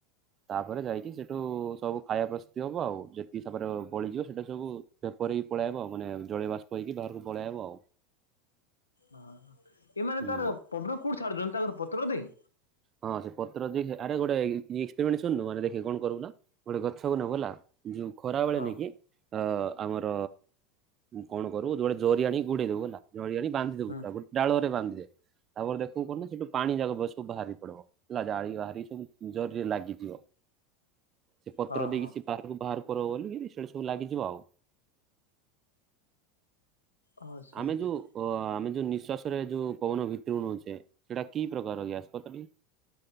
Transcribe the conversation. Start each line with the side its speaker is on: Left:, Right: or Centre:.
Right: ତାପରେ ଯାଇକି ସେଠୁ ସବୁ ଖାଇବା ପ ତି ହବ ଆଉ, ଯେତିକିସାବରେ ବଳିଯିବ ସେଇଟା ସବୁ ଭେପର ହେଇ ପଳେଇଆଇବ। ଆଉ ମାନେ ଜଳୀୟ ବାଷ୍ପ ହେଇକି ବାହାରକୁ ପଳେଇ ଆଇବ ଆଉ।
Left: ହଁ ଏମାନେ
Right: ହୁଁ।
Left: ତାର ପବନ କୋଉଠି ଛାଡୁଛନ୍ତି ତାଙ୍କର ପତ୍ର ଦେଇ।
Right: ହଁ ସେ ପତ୍ର ଦେଇ ଆରେ ଗୋଟେ ଏକ୍ସପେରିମେଣ୍ଟ ଶୁଣୁନୁ ମାନେ ଦେଖେ କଣ କରିବୁ ନା ଗୋଟ ଗଛକୁ ନବୁ ହେଲା। ଯୋଉ ଖରାବେେଳେ
Left: ହଁ
Right: ନେଇକି ତ ଆମର କଣ କରିବୁ ଯୋଡେ ଜରି ଆଣିକି ଗୁଡେଇ ଦବୁ ହେଲା। ଜଳି ଆଣି ବାନ୍ଧି ଦବୁ
Left: ହୁଁ
Right: ତା ଗୋଟେ ଡାଳ ରେ ବାନ୍ଧିଦେ, ତାପରେ ଦେଖୁ କଣ ନା ସେଠୁ ପାଣି ଯାକ ବାଷ୍ପ ବାହାରି ପଡ଼ିବ ହେଲା ଜାଳି ବାହାରି ସବୁ ଜରିରେ ଲାଗିଯିବ। ସେ ପତ୍ର
Left: ହଁ
Right: ଦେଇକି
Left: ହଁ।
Right: ସେ ବାହାରକୁ ବାହାର କରବ ବୋଲିି ସେଇଟି ସବୁ ଲାଗିଯିବ ଆଉ।
Left: ଆଚ୍ଛା
Right: ଆମେ
Left: ଆଚ୍ଛା
Right: ଯୋଉ ଅ ଆମେ ଯୋଉ ନିଃଶ୍ଵାସରେ ଯୋଉ ପବନ ଭିତରକୁ ନଉଛେ। ସେଇଟା କି ପ୍ରକାର ଗ୍ୟାସ୍ କ ତ ଟିକେ।